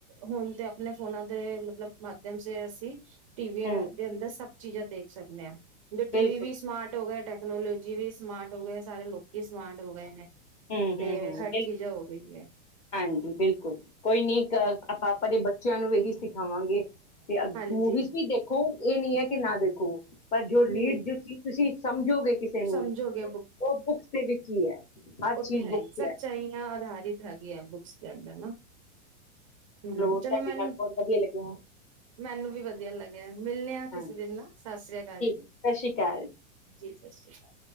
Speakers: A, on the right; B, on the left.
A: ਹੁਣ ਤੇ ਆਪਣੇ ਫੋਨਾਂ ਦੇ ਮਤਲਬ ਦੇ ਅਸੀਂ ਟੀਵੀ
B: ਹੂੰ
A: ਦੇ ਅੰਦਰ ਸਭ ਚੀਜ਼ਾਂ ਦੇਖ ਸਕਦੇ ਹਾਂ ਟੀ
B: ਬਿਲਕੁਲ
A: ਵੀ ਸਮਾਰਟ ਹੋ ਗਿਆ ਟੈਕਨੋਲੋਜੀ ਵੀ ਸਮਾਰਟ ਹੋ ਗਏ ਸਾਰੇ ਲੋਕੀ ਸਮਾਰਟ ਹੋ ਗਏ ਨੇ।
B: ਹੂੰ
A: ਤੇ
B: ਹੂੰ ਹੂੰ
A: ਹਰ
B: ਬਿਲਕੁਲ
A: ਚੀਜ਼ ਹੋ ਗਈ ਹੈ।
B: ਹਾਂਜੀ ਬਿਲਕੁਲ ਕੋਈ ਨੀ ਅ ਆਪਾਂ ਆਪਾਂ ਦੇ ਬੱਚਿਆਂ ਨੂੰ ਇਹੀ ਸਿਖਾਵਾਂਗੇ। ਤੇ ਮੂਵੀਜ਼
A: ਹਾਂਜੀ
B: ਵੀ ਦੇਖੋ ਇਹ ਨੀ ਹੈ ਕਿ ਨਾ ਦੇਖੋ। ਪਰ ਜੋ ਲੀਡ
A: ਨਹੀਂ
B: ਜੋ ਚੀਜ਼ ਤੁਸੀਂ ਸਮ ਝੋਗੇ ਕਿਸੇ ਨੂੰ
A: ਸਮਝੋਗੇ
B: ਉਹ ਬੁੱਕਸ ਦੇ ਵਿੱਚ ਹੀ ਹੈ। ਹਰ
A: ਓ
B: ਚੀਜ਼
A: ਤੇ ਹੈ
B: ਬੁੱਕਸ
A: ਹੀ ਸੱਚਾਈਆਂ ਅਧਾਰਿਤ ਹੈਗੀ ਆ ਬੁੱਕਸ। ਜਾਦਾ ਨਾ ਹੂੰ
B: ਤੁਹਾਡੇ
A: ਚਲੋ ਮੈਨ
B: ਨਾਲ ਬਹੁਤ ਵਧੀਆ ਲੱਗਿਆ
A: ਮੈਨੂੰ ਵੀ ਵਧੀਆ ਲੱਗ ਮਿਲਣੇ ਆਾਂ ਕਿਸੇ
B: ਹਾਂਜੀ
A: ਦਿਨ ਨਾਲ ਸਤਿ ਸ੍ਰੀ ਅਕਾਲ
B: ਠੀਕ
A: ਜੀ,
B: ਸਤਿ ਸ਼੍ਰੀ ਅਕਾਲ
A: ਜੀ ਸਤਿ ਸ਼੍ਰੀ ਅਕਾਲ।